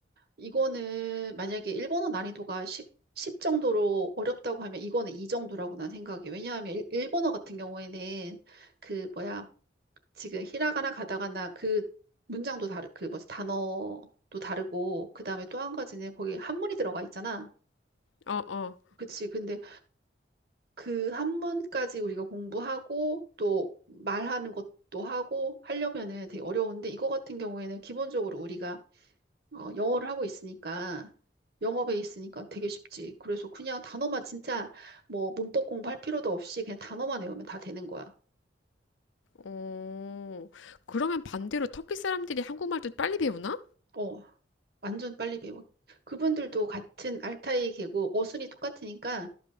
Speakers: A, on the right; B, on the left.
A: 이거는 만약에 일본어 난이도가 10, 정도로 어렵다고 하면 이거는 이 정도라고 난 생각해. 왜냐하면 일, 일본어 같은 경우에는 그 뭐야 지금 히라가나 가다가나 그 문장도 다르 그 뭐지 단어도 다르고 그다음에 또 한 가지는 거기 한문이 들어가 있잖아.
B: 어, 어,
A: 그치. 근데 그 한문까지 우리가 공부하고 또 말하는 것도 하고 하려면은 되게 어려운데 이거 같은 경우에는 기본적으로 우리가 어, 영어를 하고 있으니까 영어 베이스니까 되게 쉽지. 그래서 그냥 단어만 진짜 뭐 문법 공부할 필요도 없이 그냥 단어만 외우면 다 되는 거야.
B: 어, 그러면 반대로 터키 사람들이 한국말도 빨리 배우나?
A: 어, 완전 빨리 배워. 그분들도 같은 알타이 계고 어순이 똑같으니까